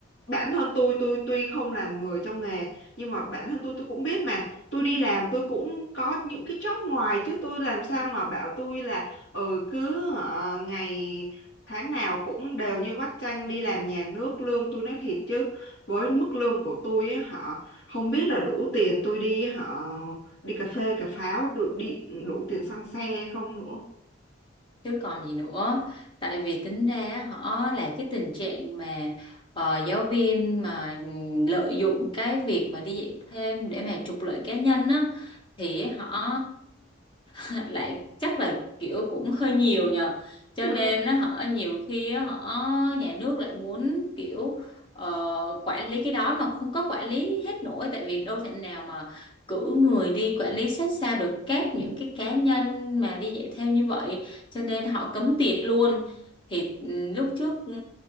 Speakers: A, on the left; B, on the left.
A: bản thân tôi tôi tuy không là người trong nghề nhưng mà bản thân tôi tôi cũng biết mà tôi đi làm tôi cũng có những cái job ngoài chứ tôi làm sao mà bảo tôi là ừ cứ ờ, ngày tháng nào cũng đều như vắt chanh đi làm nhà nước lương tôi nói thiệt chứ với mức lương của tôi á hả không biết là đủ tiền tôi đi họ đi cà phê cà pháo đủ, đi đủ tiền xăng xe không nữa
B: chứ còn gì nữa tại vì tính ra á, họ là cái tình trạng mà ờ, giáo viên mà ừm, lợi dụng cái việc mà đi dạy thêm để mà trục lợi cá nhân á thì họ <laughs> lại chắc là kiểu cũng hơi nhiều nhờ cho
A: Ừ.
B: nên á, họ nhiều khi á, họ nhà nước lại muốn kiểu ờ, quản lý cái đó mà không có quản lý hết nổi tại vì đâu thể nào mà cử người đi quản lý sát sao được các những cái cá nhân mà đi dạy thêm như vậy cho nên họ cấm tiệc luôn thì ừ, lúc trước ừ,